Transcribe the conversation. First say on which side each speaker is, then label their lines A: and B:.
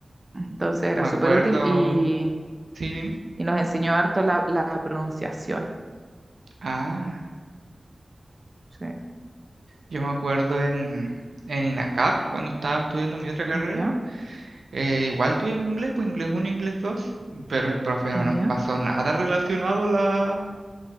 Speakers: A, on the right (about 30°); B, on the right (about 85°).
A: Entonces era
B: Me
A: súper
B: acuerdo.
A: útil y,
B: Sí, dime.
A: y nos enseñó harto la, la pronunciación.
B: Ah,
A: Sí.
B: yo me acuerdo en, en INACAP cuando estaba estudiando mi otra carrera.
A: ¿Ya?
B: eh, igual tuvimos inglés, pues inglés uno inglés dos pero el profe no nos
A: ¿Ya?
B: pasó nada relacionado a la,